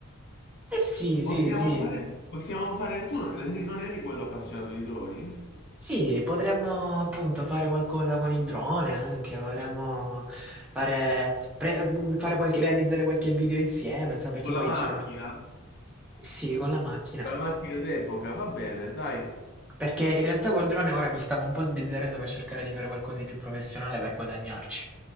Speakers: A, in the centre; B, on the left.
A: Eh sì,
B: possiamo
A: sì, sì.
B: fare... Possiamo fare... Tu non eri non eri quello appassionato di droni?
A: Sì, potremmo appunto fare qualcosa con il drone anche, potremmo fare, pre- mh, fare qualche, realizzare qualche video insieme, insomma, perché
B: Con
A: poi
B: la macchina?
A: c'erano.
B: Con
A: Sì, con la macchina.
B: La macchina d'epoca, va bene, dai.
A: Perché in realtà col drone ora mi stavo un po' sbizzarrendo per cercare di fare qualcosa di più professionale per guadagnarci.